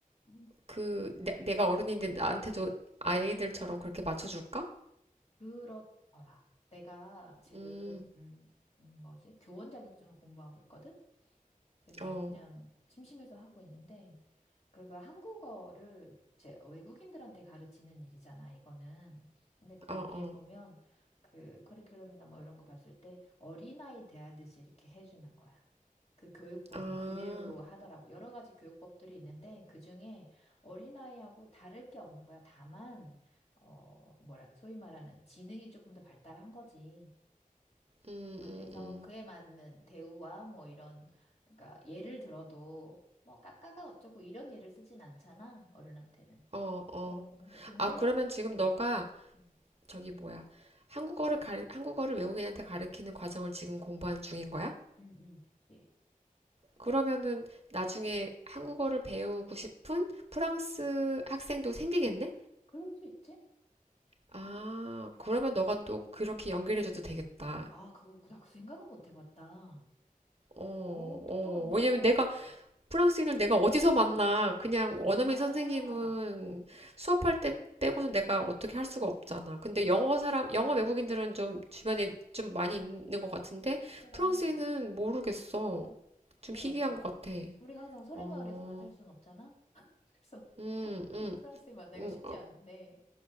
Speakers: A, on the left; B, on the right.
A: 음,
B: 그 내, 내가 어른인데 나한테도 아이들처럼 그렇게 맞춰줄까?
A: 그렇더라. 내가 지금
B: 음,
A: 음, 음, 뭐지? 교원 자격증을 공부하고 있거든. 근데
B: 어,
A: 그냥 심심해서 하고 있는데 그거 한국어를 제 외국인들한테 가르치는 일이잖아, 이거는. 근데 거기에
B: 어, 어,
A: 보면 그 커리큘럼이나 뭐 이런 거 봤을 때 어린아이 대하듯이 이렇게 해주는 거야. 그 교육법은
B: 아,
A: 그대로 하더라고. 여러 가지 교육법들이 있는데 그중에 어린아이하고 다를 게 없는 거야. 다만, 어, 뭐라, 소위 말하는 지능이 조금 더 발달한 거지.
B: 음,
A: 그래서
B: 음, 음,
A: 그에 맞는 대우와 뭐 이런, 그러니까 예를 들어도 뭐 까까가 어쩌고 이런 예를 쓰진 않잖아, 어른한테는.
B: 어, 어.
A: 어, 또 근데
B: 아, 그러면 지금
A: 그렇게.
B: 너가
A: 음,
B: 저기 뭐야? 한국어를 가, 한국어를 외국인한테 가르치는 과정을 지금 공부하는 중인 거야?
A: 음, 음, 그치.
B: 그러면은 나중에 한국어를 배우고 싶은 프랑스 학생도 생기겠네?
A: 그럴 수 있지?
B: 아, 그러면 너가 또 그렇게 연결해줘도 되겠다.
A: 아, 그거 그나 그 생각은 못 해봤다.
B: 어,
A: 오,
B: 어.
A: 똑똑한데?
B: 왜냐면 내가 프랑스인을 내가 어디서 만나? 그냥 원어민
A: 아,
B: 선생님은 수업할 때 빼고는 내가 어떻게 할 수가 없잖아. 근데 영어 사람,
A: 그래,
B: 영어 외국인들은 좀 주변에 좀 많이 있는 것 같은데
A: 그래,
B: 프랑스인은 모르겠어. 좀
A: 그래,
B: 희귀한
A: 맞아.
B: 것 같아.
A: 우리가 항상 소래마을에서만
B: 어,
A: 살 순 없잖아? <laughs> 그래서
B: 음, 음,
A: 프랑스인 만나기가
B: 음.
A: 쉽지
B: 어,
A: 않은데.